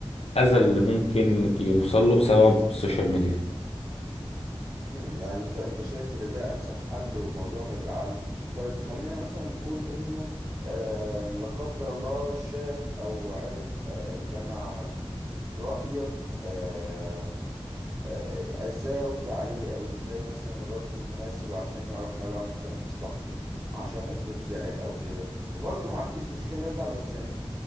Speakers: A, on the left; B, on the right.
A: اللي ممكن يوصل له بسبب السوشيال ميديا
B: امم يعني انت انت شايف ان ده انسب حل وموضوع ما يزعلش طيب خلينا مثلا نقول انه آم، لا قدر الله شاف او عرف آه، اللي انا عملته رأيك آم، آه، آه، ازاي ارد عليه او ازاي مثلا الرد المناسب عشان يعرف ان انا بعمل كده لمصلحته عشان افرض زعل او كده وبرضه ما عنديش مشكلة يزعل بس يعني